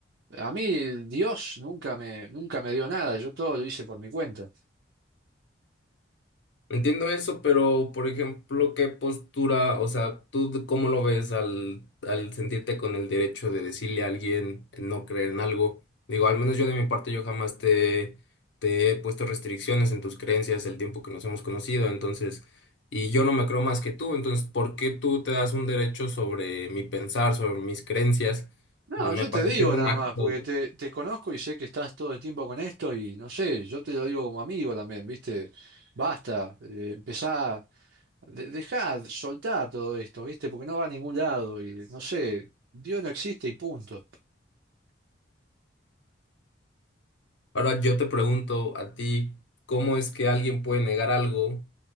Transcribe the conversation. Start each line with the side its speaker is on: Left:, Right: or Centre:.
Right: a mí Dios nunca me, nunca me dio nada, yo todo lo hice por mi cuenta.
Left: Entiendo eso, pero por ejemplo, ¿qué postura, o sea, tú de- cómo lo ves al, al sentirte con el derecho de decirle a alguien no creer en algo? Digo, al menos yo de mi parte, yo jamás te, te he puesto restricciones en tus creencias el tiempo que nos hemos conocido, entonces, y yo no me creo más que tú, entonces, ¿por qué tú te das un derecho sobre mi pensar, sobre mis creencias?
Right: No,
Left: Eh, Me
Right: yo
Left: parece
Right: te digo
Left: un
Right: nada
Left: acto.
Right: más, porque te, te conozco y sé que estás todo el tiempo con esto y no sé, yo te lo digo como amigo también, ¿viste? Basta, eh, empezá, de- dejá, soltá todo esto, ¿viste? Porque no va a ningún lado y no sé, Dios no existe y punto.
Left: Ahora yo te pregunto a ti, ¿cómo es que alguien puede negar algo?